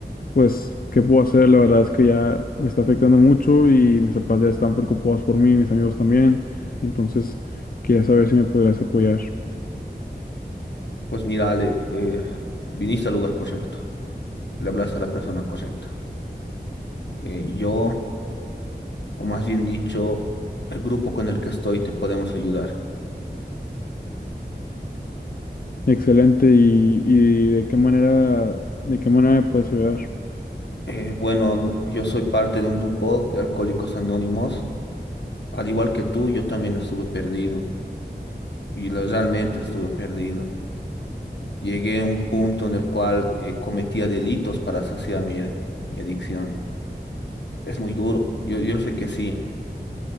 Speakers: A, on the left; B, on the left.
A: Pues, ¿qué puedo hacer? La verdad es que ya me está afectando mucho y mis papás ya están preocupados por mí, mis amigos también. Entonces, quería saber si me podrías apoyar.
B: Pues mira Ale, eh, viniste al lugar correcto, le hablaste a la persona correcta. Eh, yo, o más bien dicho, el grupo con el que estoy te podemos ayudar.
A: Excelente. ¿Y, y de qué manera, de qué manera me puedes ayudar?
B: Eh, bueno, no- yo soy parte de un grupo de Alcohólicos Anónimos, al igual que tú, yo también estuve perdido y la- realmente estuve perdido. Llegué a un punto en el cual eh, cometía delitos para saciar mi mi adicción. Es muy duro, yo, yo sé que sí.